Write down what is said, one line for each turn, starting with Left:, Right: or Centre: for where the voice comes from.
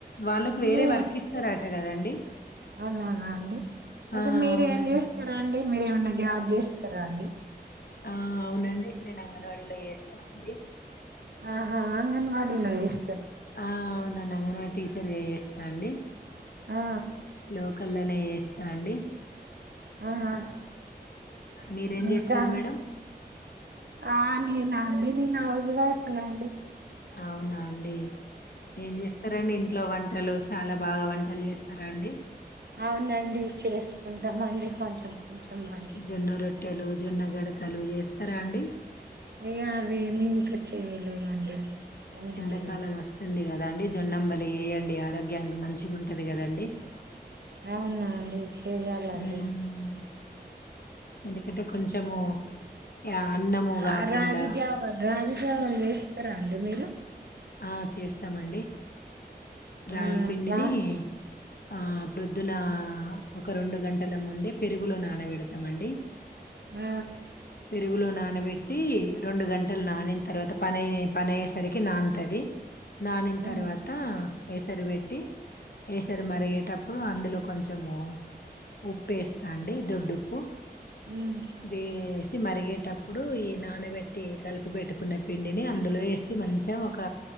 Left: వాళ్ళకు
Right: మీ
Left: వేరే వర్క్ ఇస్తారట తే కదండి
Right: అలాగా అండి అయితే
Left: ఆ
Right: మీర
Left: అవునండి
Right: ఏం చేస్తారా అండి మీరే ఏమన్నా జాబ్ చేస్తారా అండి
Left: ఆ అవునండి నేను అంగన్వాడీలో చేస్తాండీ
Right: ఆహా అంగన్వా డీ లో చెస్
Left: ఆ అవునా అంగనవా టీచర్ చేస్ స్తా అండి
Right: ఆ
Left: లో కల్లనే చేస్తా అండి
Right: ఆ ఆ!
Left: మీరేం
Right: ఇంకా
Left: చేస్తారు మేడం
Right: ఆ నేనా అండి నేను హౌస్ వైఫ్ అండి
Left: అవునాండి ఏం చేస్తారండి ఇంట్లో వంట్ పంటలు చాలా బాగా వంటలు చేస్తారా అండి
Right: అవునండి చేసుకుంటామ అండి కొంచెం కొంచెం వంటలు.
Left: జొన్న రొట్టెలు జొన్న గడకలు చేస్తారా అండి
Right: ఇగ అవి ఏమి ఇంకా చేయలేదండి కానీ
Left: ఎండకాలము
Right: అవి
Left: వస్తంది గద అండి జొన్నం బలి ఏయండి ఆరోగ్యానికి మంచిగా ఉంటుంది కదండి
Right: అవునా అండి చేయాలండి
Left: ఉమ్, ఎందుకంటే కొంచెము ఆ, అన్నము కాకుండా
Right: ఆ రాగి జావ రాగి జావలు చేస్ స్తర అండి మీరు
Left: ఆ చేస్తామండి రాగి
Right: ఆ
Left: పిండిని
Right: బా
Left: ఆ ప్రొద్దున ఒక రెండు గంటల ముందే పెరుగులో నానబె డతాం అండి
Right: ఆ
Left: పెరుగులో నానబెట్టి రెండు గంటలు నానిన తర్వాత పని పని అయ్యేసరికి నా న్ తది నానిన్
Right: ఉమ్
Left: తర్వాత ఏసరి పెట్టి ఏసరి మరిగేటప్పుడు అందులో కొంచెము ఉప్పుేస్తా అండి దొడ్డుప్పు
Right: ఉమ్
Left: వేసి మరిగేటప్పుడు ఏ నానబెట్టి కలిపి పెట్టుకున్న పిండిని అందులో వేసి మంచమ్ ఒక